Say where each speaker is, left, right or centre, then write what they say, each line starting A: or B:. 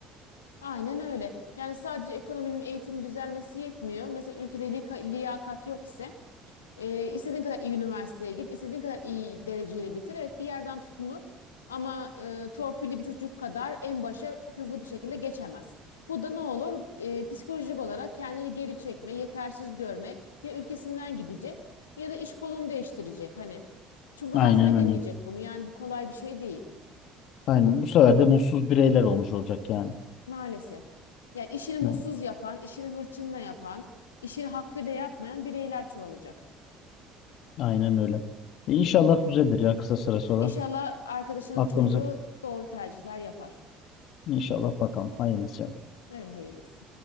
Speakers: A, on the left (about 80°); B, on the left (about 55°).
A: Aynen öyle. Yani sadece ekonominin eğitim düzelmesi yetmiyor. Mesela ülkede lika- liyakat yok ise e, istediğin kadar iyi üniversiteye git, istediğin kadar iyi dereceyle bitir. Evet bir yerden tutunur ama e, torpilli bir çocuk kadar en başa hızlı bir şekilde geçemez. Bu da ne olur? E, psikolojik olarak kendini geri çekme, yetersiz görme ya ülkesinden gidecek ya da iş kolunu değiştirecek. Hani çünkü
B: Aynen
A: hazmedemeyecek
B: öyle.
A: bunu. Yani bu kolay bir şey değil.
B: Aynen. Bu sefer de mutsuz bireyler olmuş olacak yani.
A: Maalesef. Yani işini mutsuz
B: Yani
A: yapan, işini hırçınla yapan, işini hakkıyla yapmayan bireyler çoğalacak.
B: Aynen öyle. E, İnşallah düzelir ya kısa süre sonra.
A: İnşallah arkadaşının
B: Aklımıza
A: çocuğu doğru tercihler yapar.
B: inşallah bakalım. Hayırlısı.
A: Öyle hayırlısı.